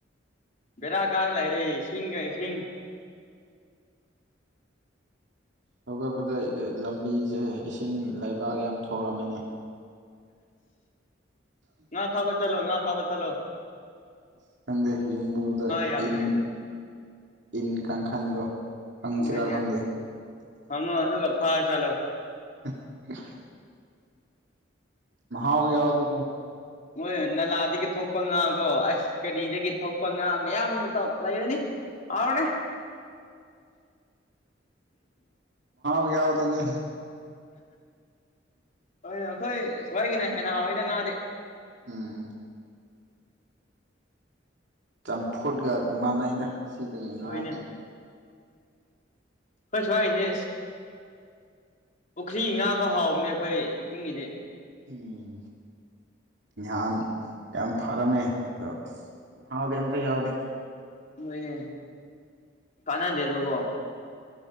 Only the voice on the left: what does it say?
ꯕꯔꯥ ꯀꯥꯔ ꯂꯩꯔ ꯁꯤꯡꯁꯤꯡ <unintelligible>
ꯉ ꯐꯥꯕ ꯆꯂꯣ ꯉ ꯐꯥꯕ ꯆꯂꯣ
ꯌꯥꯝꯕꯅꯦ
ꯍꯣꯏꯅꯦ
ꯍꯪꯉꯣ ꯑꯗꯨꯒ ꯐꯥꯔ ꯆꯠꯂꯣ
ꯍꯣꯏ ꯅꯂꯥꯗꯒꯤ ꯊꯣꯛꯄ ꯉꯥꯒꯣ ꯑꯁ ꯀꯔꯤꯗꯒꯤ ꯊꯣꯛꯄ ꯉꯥ ꯃꯌꯥꯝ ꯂꯩꯔꯅꯤ ꯑꯅꯦ
ꯍ ꯑꯩꯈꯣꯏ ꯁ꯭ꯋꯥꯏꯒꯤꯅ ꯍꯦꯟꯅ ꯍꯥꯟꯋꯥꯏꯅ ꯉꯥꯗꯤꯦ
ꯍꯣꯏꯅꯦ ꯑꯈ‌ꯣꯏ ꯁꯨꯋꯥꯏꯁ ꯄꯨꯈ꯭ꯔꯤ ꯉꯥ ꯐꯥꯎ ꯍꯥꯎꯕꯅꯦ ꯑꯩꯈꯣꯏꯤꯡꯉꯗꯤ
ꯅꯣꯏꯅꯦ ꯀꯥꯟꯅꯗꯦꯕꯀꯣ